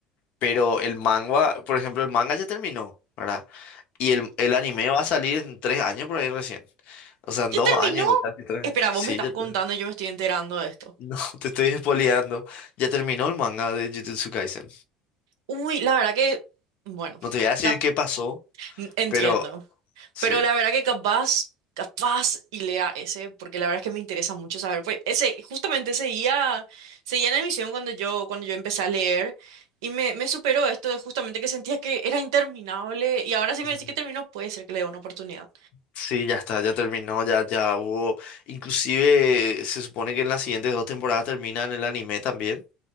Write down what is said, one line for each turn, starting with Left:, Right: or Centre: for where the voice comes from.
Left: Pero el manga, por ejemplo, el manga ya terminó, ¿verdad? Y el, el anime va a salir en tres años por ahí recién. O sea, en
Right: ¿Ya
Left: dos
Right: terminó?
Left: años, casi tres.
Right: Espera,
Left: Sí,
Right: vos me estás
Left: ya
Right: contando
Left: te...
Right: y yo me estoy enterando de esto.
Left: No, <laughs> te estoy espoleando. Ya terminó el manga de Jujutsu Kaisen.
Right: Uy, la verdad que, bueno,
Left: No te voy a decir
Right: cap-
Left: qué pasó,
Right: n- entiendo.
Left: pero sí.
Right: Pero la verdad que capaz, capaz y lea ese, porque la verdad es que me interesa mucho saber. Pues ese, justamente seguía, seguía en emisión cuando yo, cuando yo empecé a leer. Y me, me superó esto de justamente que sentía que era interminable. Y ahora sí
Left: Ujú.
Right: me decís que terminó, puede ser que le dé una oportunidad.
Left: Sí, ya está, ya terminó, ya, ya hubo. Inclusive se supone que en las siguientes dos temporadas terminan el anime también,